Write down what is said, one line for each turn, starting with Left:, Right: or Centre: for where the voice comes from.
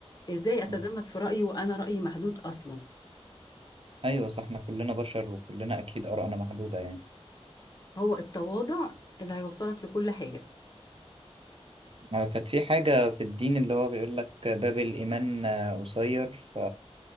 Left: ازاي اتزمت
Right: مم.
Left: في رأيي وانا رأيي محدود اصلا
Right: ايوه صح احنا كلنا بشر وكلنا اكيد آرائنا محدودة يعني
Left: هو التواضع اللي هيوصلك لكل حاجة
Right: آه، كانت في حاجة في الدين اللي هو بيقول لك باب الإيمان آه، قصير